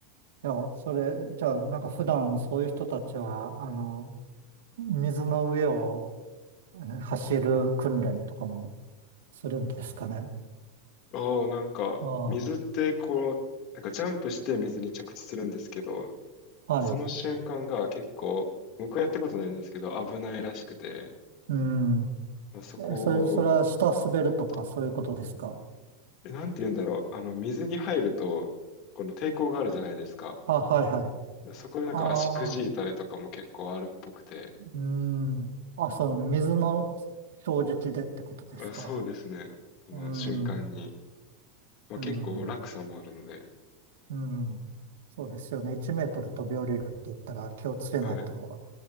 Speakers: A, on the right; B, on the left.
A: いや、それ、じゃあ、なんか普段そういう人たちは、あの、水の上を走る訓練とかもするんですかね。
B: ああ、なんか、
A: あ
B: 水ってこう、なんかジャンプして水に着地するんですけど、
A: あ、はい。
B: その瞬間が結構、僕はやったことないんですけど、危ないらしくて、
A: うん。
B: そこを、
A: えそれ、それは下滑るとかそういうことですか。
B: えなんて言うんだろう、あの、水に入ると、この抵抗があるじゃないですか。
A: は、はい、はい。
B: そこでなんか足くじいたりとかも結構あるっぽくて、
A: ああ、うん。あ、その水の衝撃でってことですか。
B: あ、そうですね。その瞬間に。
A: うん、
B: まあ、
A: うん、
B: 結構落差もあるので。
A: うん。そうですよね。1メートル飛び降りるって言ったら気をつけないと
B: はい。